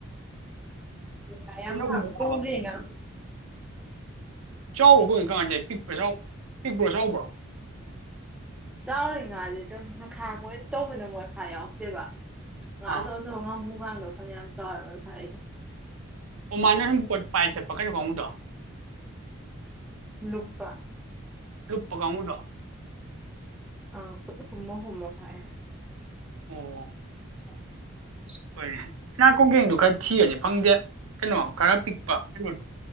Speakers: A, in the centre; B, on the right.
A: ꯆ ꯌꯥꯝ
B: ꯄꯨꯟꯅ
A: ꯐ
B: ꯍꯨꯝꯐꯨ
A: ꯀꯧꯔꯦꯅꯣꯖ
B: ꯐꯥꯕ ꯆꯥꯎꯕ꯭ꯔꯣ ꯀꯣꯏ ꯀꯃꯥꯏꯇꯥ ꯄꯤꯛꯄ ꯄꯤꯛꯄ꯭ꯔꯣ ꯆꯥꯎꯕ꯭ꯔꯣ
A: ꯆꯥꯎꯔꯤ ꯉꯥꯁꯦ ꯑꯗꯨꯝ ꯃꯈꯥꯡꯣꯏ ꯇꯧꯕꯅ ꯃꯣꯏꯐꯥ ꯌꯥꯎꯛꯇꯦꯕ ꯉꯍꯥ
B: ꯑꯥ
A: ꯑꯆꯧ ꯑꯆꯧꯧꯕ ꯉꯕꯨꯨꯒꯗꯣ ꯐꯅ ꯌꯥꯝ ꯆꯥꯎꯔꯦ ꯃꯣꯏꯅ ꯐꯥꯔꯛꯏꯗꯣ
B: ꯑꯣꯃꯥꯅ ꯁꯨꯝ ꯄꯣꯠ ꯄꯥꯏꯁꯦꯄꯀꯅꯤ ꯀꯥꯡꯣꯡꯉꯗꯣ
A: ꯅꯨꯨꯄꯥ
B: ꯂꯨꯨꯞꯄ ꯀꯥꯉꯗ
A: ꯑꯥ ꯍꯨꯃꯣ ꯍꯨꯃꯣ ꯍꯥꯏ ꯍꯥꯏ
B: ꯑꯣ
A: ꯑꯣ
B: ꯍꯣꯏꯅꯦ ꯉꯅꯥ ꯀꯣꯡꯖꯦꯡꯗꯨ ꯈꯔ ꯊꯤꯕꯅꯤ ꯐꯪꯗꯦ ꯀꯩꯅꯣ ꯈꯔ ꯄꯤꯛꯄ ꯀꯩꯅꯣꯗꯣ